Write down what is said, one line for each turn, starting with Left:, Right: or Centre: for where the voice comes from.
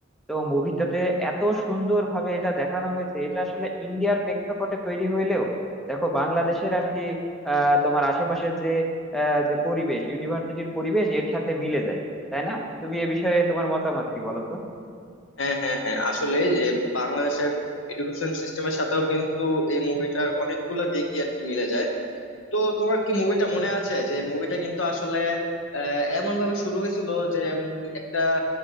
Centre: তো মুভিটাতে এত সুন্দরভাবে এটা দেখানো হয়েছে এটা আসলে ইন্ডিয়ার প্রেক্ষাপটে তৈরি হইলেও দেখো বাংলাদেশের আর কি আহ তোমার আশেপাশের যে আহ, যে পরিবেশ ইউনিভার্সিটির পরিবেশ এর সাথে মিলে যায় তাই না তুমি এ বিষয়ে তোমার মতামত কি বলো তো
Left: হ্যাঁ হ্যাঁ হ্যাঁ আসলে যে বাংলাদেশের এডুকেশন সিস্টেমের সাথেও কিন্তু এই মুভিটার অনেকগুলো দিকই আর কি মিলে যায় তো তোমার কি মুভিটা মনে আছে যে মুভিটা কিন্তু আসলে এমন ভাবে শুরু হয়েছিল যে উম, একটা